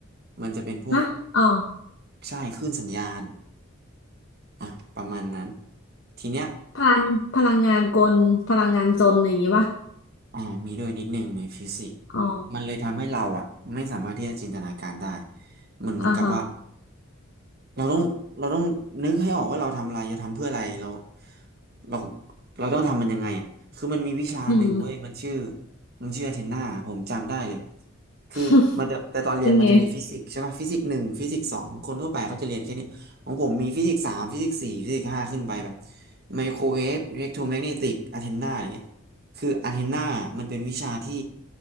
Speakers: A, on the right; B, on the left.
A: มันจะเป็นพวก
B: ฮะอ๋อ
A: ใช่คลื่นสัญญาณ อ่ะประมาณนั้นทีเนี้ย
B: พลังพลังงานกลพลังงานจนอะไรอย่างงี้ป่ะ
A: อ่ามีด้วยนิดนึงในฟิสิกส์
B: อ๋อ
A: มันเลยทำให้เราอ่ะไม่สามารถที่จะจินตนาการได้มันเหมือนกับว่า
B: อ่าฮะ
A: เราต้องเราต้องนึกให้ออกว่าเราทำอะไรจะทำเพื่ออะไรเราเราเราต้องทำมันยังไงอ่ะคือมันมีวิชาหนึ่งเว้ยมันชื่อ
B: อืม
A: มันชื่อเทนนาผมจำได้เลยคือมันจะแต่ตอนเรียนมันจะมีฟิสิกส์ใช่ป่ะฟิสิกส์หนึ่งฟิสิกส์สองคนทั่วไปเขาจะเรียนแค่นี้ของผมมีฟิสิกส์สามฟิสิกส์สี่ฟิสิกส์ห้าขึ้นไปแบบ
B: <laughs> เป็นไง
A: ไมโครเวฟอิเล็กโทรแมกเนติกอะเทนนาอะไรเงี้ยคืออะเทนนามันเป็นวิชาที่